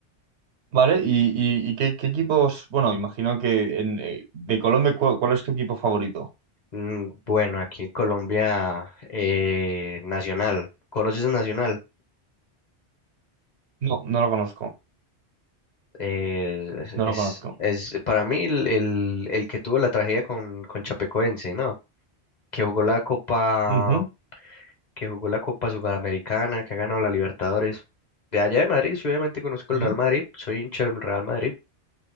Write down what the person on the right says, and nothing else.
Vale, ¿y, y, y qué, qué equipos? Bueno, imagino que en, eh, de Colombia, ¿cu- ¿cuál, es tu equipo favorito?
No, no lo conozco,
no
lo conozco.
Ujú,
Sí,